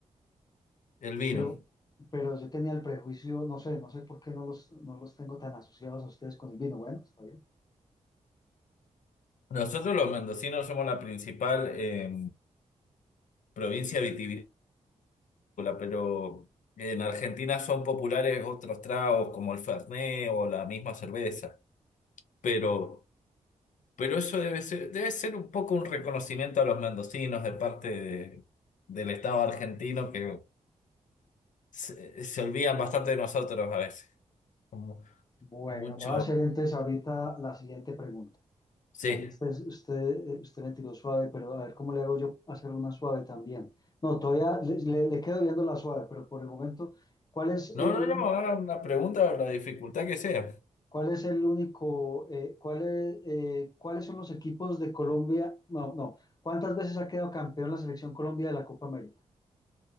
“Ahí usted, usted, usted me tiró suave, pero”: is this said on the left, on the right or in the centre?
Left